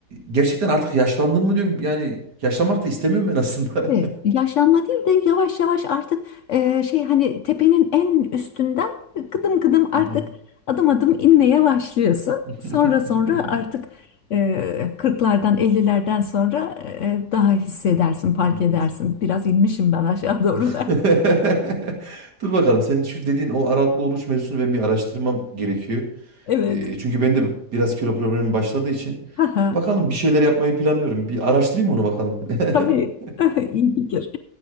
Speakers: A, on the right; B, on the left.
A: gerçekten artık yaşlandım mı diyorum yani yaşlanmak da istemiyorum ben aslında.
B: Tabii yaşlanma değil de yavaş yavaş artık e, şey hani tepenin en üstünden kıdım kıdım artık
A: <laughs> Hı hı.
B: adım adım inmeye başlıyorsun.
A: <laughs>
B: Sonra sonra artık e, 40'lardan 50'lerden sonra e, daha hissedersin, fark
A: Evet.
B: edersin. Biraz inmişim ben aşağı doğru
A: evet.
B: da. <laughs>
A: <laughs> Dur bakalım senin şu dediğin o aralıklı oruç mevzusunu ben bir araştırmam gerekiyor.
B: Evet.
A: Ee, çünkü ben de biraz kilo problemim başladığı için
B: <laughs>
A: bakalım bir şeyler yapmayı planlıyorum. Bir araştırayım onu bakalım. <laughs>
B: Tabii.
A: <laughs>
B: <laughs> İyi fikir.